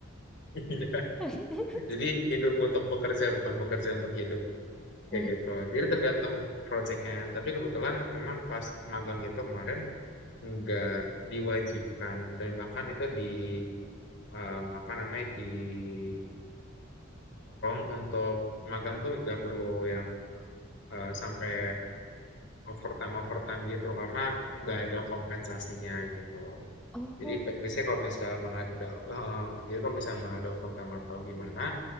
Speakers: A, on the left; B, in the centre.
A: Iya,
B: <laughs>
A: jadi hidup untuk bekerja, bukan bekerja untuk hidup, kayak
B: Mm.
A: gitu. Jadi tergantung project Tapi kebetulan memang pas magang itu kemarin, nggak diwajibkan dan bahkan itu di em, apa namanya didorong untuk magang tuh nggak perlu yang eh, sampai overtime overtime gitu karena nggak ada kompensasinya gitu.
B: Oh,
A: Jadi pe- biasanya kalau misalnya mengada, eh, jadi kalau misalnya mengada overtime atau gimana,